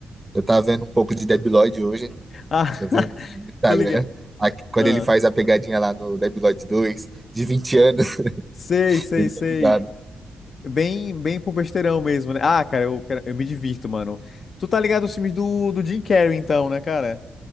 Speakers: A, on the right; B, on the left.
A: Eu tava vendo um pouco de Debiloid hoje.
B: ah,
A: Eu vi
B: <laughs>
A: um no Instagram.
B: tô ligado.
A: a- quando
B: Ah,
A: ele faz a pegadinha lá do Debiloid dois de 20 anos. <laughs>
B: sei, sei,
A: Dei muita
B: sei.
A: risada.
B: Bem, bem pro besteirão mesmo, né? Ah, cara, eu, cara, eu me divirto, mano. Tu tá ligado aos filmes do, do Jim Carrey, então, né, cara?